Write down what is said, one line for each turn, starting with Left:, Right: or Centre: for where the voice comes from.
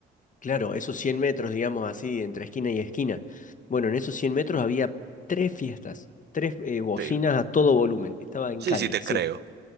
Left: claro, esos cien metros, digamos así, entre esquina y esquina. Bueno, en esos 100 metros había tres fiestas, tres eh, bocinas
Right: Sí,
Left: a todo volumen. Estaba en
Right: sí,
Left: Cali,
Right: sí te
Left: sí.
Right: creo.